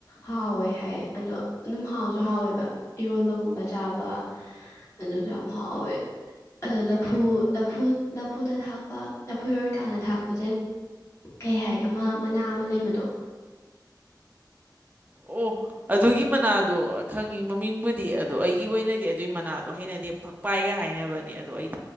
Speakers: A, on the left; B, on the right.
A: ꯍꯥꯎꯋꯦ ꯍꯥꯏ ꯑꯗꯣ ꯑꯗꯨꯝ꯫ ꯍꯥꯎꯁꯨ ꯍꯥꯎꯋꯦꯕ ꯏꯔꯣꯝꯕꯒꯨꯝꯕ ꯆꯥꯕ ꯑꯗꯨꯗꯣ ꯌꯥꯝ ꯍꯥꯎꯋꯦ ꯑꯗꯣ ꯂꯐꯨ ꯂꯐꯨ ꯂꯐꯨꯗ ꯊꯥꯛꯄ ꯂꯐꯨ ꯏꯔꯣꯟꯀꯥꯟꯗ ꯊꯥꯛꯄꯁꯦ ꯀꯩ ꯍꯥꯏ ꯑꯃ ꯃꯅꯥ ꯑꯃ ꯂꯩꯕꯗꯣ꯫
B: ꯑꯣ ꯑꯗꯨꯒꯤ ꯃꯅꯥꯗꯣ ꯈꯪꯉꯤ ꯃꯃꯤꯡꯕꯨꯗꯤ ꯑꯗꯣ ꯑꯩꯒꯤ ꯑꯣꯏꯅꯗꯤ ꯑꯗꯨꯒꯤ ꯃꯅꯥꯗꯣ ꯍꯩꯅꯗꯤ ꯐꯛ ꯄꯥꯏꯒ ꯍꯥꯏꯅꯕꯅꯤ ꯑꯗꯣ ꯑꯩ